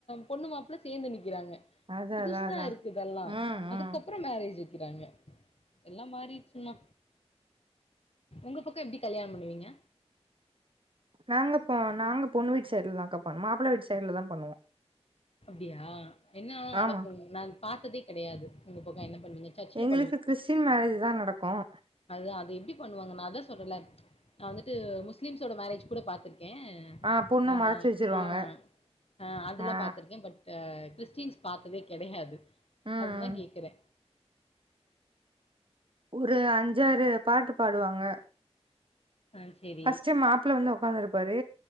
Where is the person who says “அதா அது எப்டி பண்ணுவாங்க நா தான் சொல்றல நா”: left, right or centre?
Left